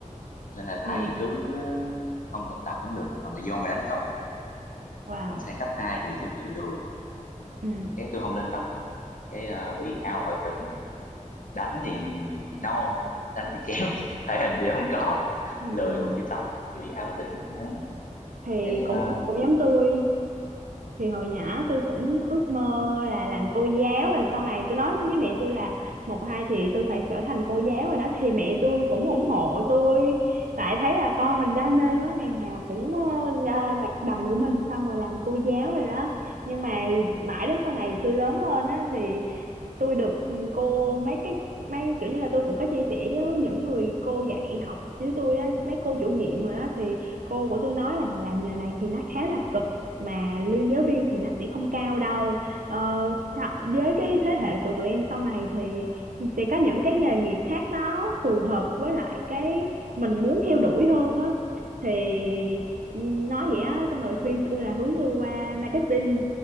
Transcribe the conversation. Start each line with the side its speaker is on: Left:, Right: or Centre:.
Left: nên là thầy
Right: ừ
Left: cứ ờ, không cần tập cũng được mà mày vô mày đánh tốt là được
Right: wow
Left: còn sang cấp 2 thì tôi bị lười
Right: ừ.
Left: cái tôi không lên tập cái ờ, bị out khỏi tuyển đánh thì non đánh thì kém <laughs> thể hình thì không có
Right: ừ
Left: lười không chịu tập cái bị out tuyển đấy
Right: thì
Left: cái
Right: cũng
Left: ờ,
Right: cũng
Left: cũng
Right: giống tôi thì hồi nhỏ tôi cũng
Left: ừ,
Right: ước mơ là làm cô giáo là sau này tôi nói với mẹ tôi là một hai thì tôi phải trở thành cô giáo rồi đó thì mẹ tôi cũng ủng hộ tôi tại thấy là con mình đam mê quá ngày nào cũng ờ, ra mặc đầm của mình xong rồi làm cô giáo rồi đó nhưng mà mãi đến sau này tôi lớn lên á thì tôi được ừ, cô mấy cái mấy kiểu như là tôi cũng có chia sẻ với những người cô dạy học với tôi á mấy cô chủ nhiệm rồi á thì cô của tôi nói là làm nghề này thì nó khá là cực mà lương giáo viên thì nó sẽ không cao đâu ờ, tha- với cái thế hệ của tụi em sau này thì sẽ có những cái nghề nghiệp khác nó phù hợp với lại cái mình muốn theo đuổi hơn á thì ừ, nói vậy á xong rồi
Left: ừ.
Right: khuyên tôi là hướng tôi qua marketing